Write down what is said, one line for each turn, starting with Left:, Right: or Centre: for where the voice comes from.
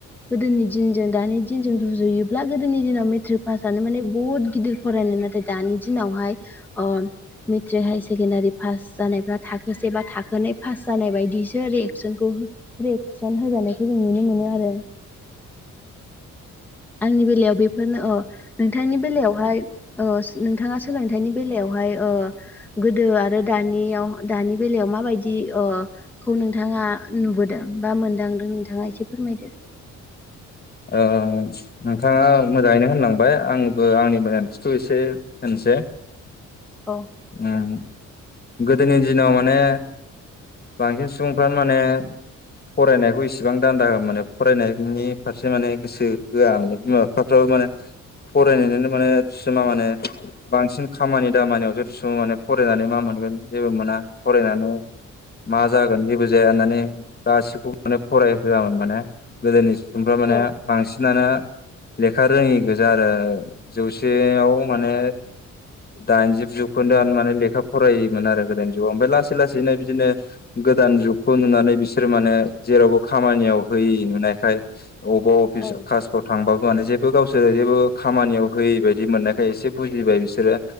Centre: गोदोनि दिनजों दानि दिनजों रुजुयोब्ला गोदोनि दिनाव मेट्रिक पासआनो माने बुहुत गिदिर फरायनाय नाथाय दानि दिनावहाय ओ मेट्रिक हायसेकेणदारि फास जा नायफ्रा थाखोसे बा थाखोनै पास जानाय बायदि सो रिएकसनखौ रिएकसन होजानायखौ जों नुनो मोनो आरो आंनि बेलायाव बेफोरनो ओ नोंथांनि बेलायावहाय ओस नोंथाङा सोलोंथाइनि बेलायाव हाय ओ गोदो आरो दानियाव दानि बेलायाव माबायदि ओ खौ नोंथाङा नुबोदों बा मोनदांदों नोंथाङा एसे फोरमायदो
Left: ओ नोंथाङा मोजाङैनो होनलांबाय आंबो आंनि मिनदांथिखौ एसे होनोसै
Centre: औ
Left: उम गोदोनि दिनाव माने बांसिन सुबुंफ्रानो माने फरायनायखौ इसिबां दान्दा होआ माने फरायनायनि फारसे माने गोसो होआ बिमा बिफाफ्राबो माने फरायनायनोनो माने थिस'ना माने बांसिन खामानि दामानियावसो थिस'नो माने फरायनानै मा मोन गोन जेबो मोना फरायनानै मा जागोन जेबो जाया होननानै गासिखौबो माने फरायहोआमोन माने गोदोनि ओमफ्राय माने
Centre: औ
Left: बांसिनानो लेखा रोङि गोजा आरो जौसेयाव माने दाइनजिब जौखोन्दोआनो माने लेखा फरायिमोन आरो गोदोनि जुगाव ओमफ्राय लासै लासैनो बिदिनो गो गोदान जुगखौ नुनानै बिसोर माने जेरावबो खामानियाव होयि नुनायखाय अबाव अफिस
Centre: औ
Left: कासफोराव थांबा बानो जेबो गावसोरो जेबो खामानियाव होयै बायदि मोननायखाय एसे बुजिबाय बिसोरो